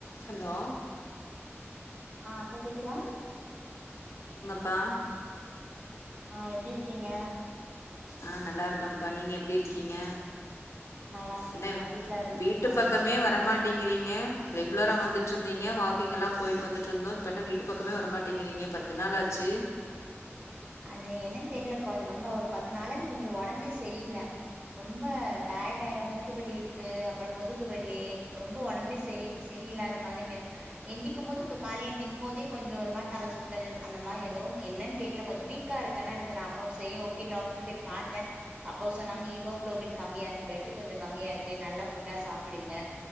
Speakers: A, on the left (about 80°); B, on the right (about 30°).
A: hello
B: ஆஹ் அக்கா கேக்குதா
A: பா
B: ஆஹ் எப்டி இருக்கீங்க
A: ஆஹ் நல்லா இருக்கேம்ப்பா நீங்க எப்டி இருக்கீங்க
B: நல்லா இருக்கேன்க்கா
A: என்ன
B: வீட்ல எப்டி
A: வீட்டு
B: இருக்காங்க
A: பக்கமே
B: எல்லாரு
A: வரமாட்டிங்குறீங்க ரெகுலரா வந்துட்ருந்தீங்க வாக் க்கிங் எல்லா போயிட்டு வந்துட்ருந்தோ இப்ப என்ன வீட்டு பக்கமே வர மாட்டிங்குறீங்க பத்து நாளாச்சு
B: அது என்னன்னு தெரியலக்கா கொஞ்சோ ரொம்ப ஒரு பத்து நாளாவே கொஞ்சோ ஒடம்பே செரியில்ல ரொம்ப டயேடாயிரு மூட்டு வலியிருக்கு அப்புறோ முதுகு வலி ரொம்ப ஒடம்பே செரி செரியில்லாத மாரி இருக்கு எந்திக்கும் போது கொ கால்ல எந்திக்கும் போதே கொஞ்சோ ஒரு மாரி தல சுத்தல் அந்த மாரி எதோ ஒன்னு என்னன்னு தெரில கொஞ்சோ வீக்கா இருக்கனான்ட்டு நா அப்ப செரி ஓகே டாக்டர்கிட்ட போய் பாத்தே அப்ப சொன்னாங்க ஹீமோகுளோபின் கம்மியா இருக்கு பிளட் கொஞ்சோ கம்மியா இருக்கு நல்ல ஃபுட்டா சாப்புடுங்க